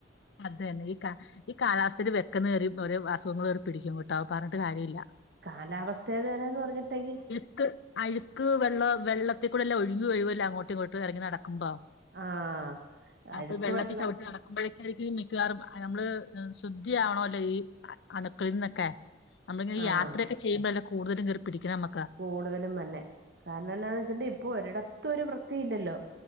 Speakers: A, on the left; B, on the right.
A: അതന്നെ ഈക്ക ഈ കാലാവസ്ഥയിൽ വെക്കന്ന് കേറി ഒരോ അസുഖങ്ങൾകേറിപിടിക്കും കേട്ടോ പറഞ്ഞിട്ട് കാര്യവില്ല
B: കാലാവസ്ഥ ഏതാണ്ന്ന് പർഞ്ഞിട്ടെങ്കി
A: ക്ക് അഴുക്ക് വെള്ളം വെള്ളത്തിക്കൂടെല്ല ഒഴ്കി ഒഴുകുവല്ല അങ്ങോട്ടും ഇങ്ങോട്ടും എറങ്ങി നടക്കുമ്പോ
B: ആഹ്
A: അപ്പ
B: അഴുക്ക്
A: വെള്ളത്തിച്ചവിട്ടി
B: വെള്ളം
A: നട ക്കുമ്പോഴേക്കായിരിക്കും മിക്കവാറും നമ്മള് ശുദ്ധി ആവണല്ലോ ഈ അണുക്കളിൽന്നൊക്കെ നമ്മളിങ്ങനെ
B: ആഹ്
A: യാത്രയെക്കെ ചെയ്യുമ്പോല്ല കൂടുതലും കേറി പിടിക്ക്ണമ്മ
B: കൂടുതലും മന്നെ കാരണന്നാന്ന് വെച്ച ഇപ്പൊരിടത്തും ഒരു വൃത്തി ഇല്ലല്ലോ